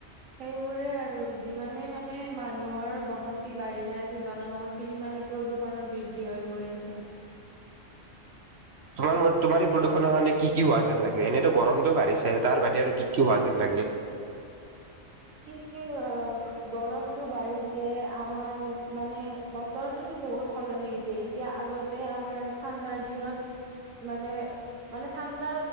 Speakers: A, on the right (about 80°); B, on the right (about 55°).
A: সেইবোৰে আৰু যিমানে মানে মানুহৰ বসতি বাঢ়ি যাইছে জনবসতি সি মানে প্ৰদুক ষনৰ বৃদ্ধি হৈ গৈ আছে
B: তোমাৰ ম তোমাৰ এ প্ৰদূষণৰ কাৰণে কি কি হোৱা যেন লাগে এনেতো গৰমতো বাঢ়িছে তাৰ বাদে আৰু কি কি হোৱা যেন লাগে
A: কি কি অ গৰমতো বাঢ়িছে আমাৰ মানে বতৰটোতো বহুত সলনি হৈছে এতিয়া আগতে আমাৰ ঠাণ্ডাৰ দিনত মানে মানে ঠাণ্ডা